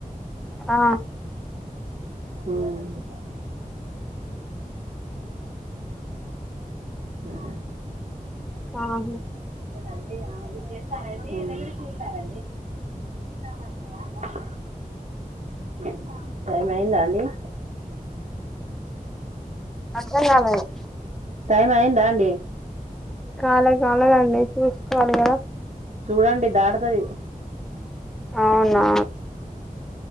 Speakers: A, in the centre; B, on the right.
A: ఆ
B: మ్మ్ ఆ సరే
A: ఆహా
B: అండి అవునండి ఆ <inaudible> టైం అయిందా అండి <inaudible>
A: అర్థం కాలేదు
B: టైం అయింది రాండి
A: కాలే కాలదండి చూసుకోవాలి కదా
B: చూడండి దాటుతది
A: అవునా